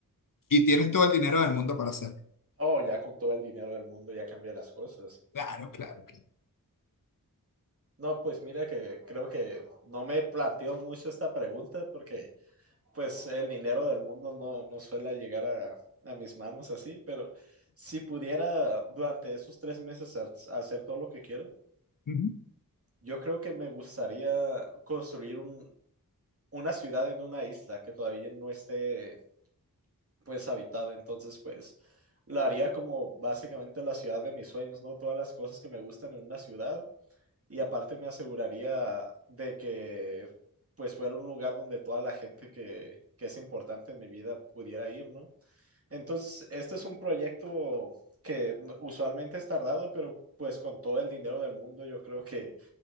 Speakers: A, on the left (about 65°); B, on the right (about 40°).
A: Y tienes todo el dinero del mundo para hacerlo.
B: Oh, ya con todo el dinero del mundo ya cambia las cosas.
A: Claro, claro, claro.
B: No, pues mira que creo que no me planteo mucho esta pregunta porque pues el dinero del mundo no, no suele llegar a, a mis manos así, pero si pudiera durante esos tres meses hacer, hacer todo lo que quiero,
A: <laughs>
B: yo creo que me gustaría construir un, una ciudad en una isla que todavía no esté pues habitada, entonces pues lo haría como básicamente la ciudad de mis sueños, ¿no? Todas las cosas que me gustan en una ciudad y aparte me aseguraría de que pues fuera un lugar donde toda la gente que, que es importante en mi vida pudiera ir, ¿no? Entonces, este es un proyecto que n- usualmente es tardado, pero pues con todo el dinero del mundo yo creo que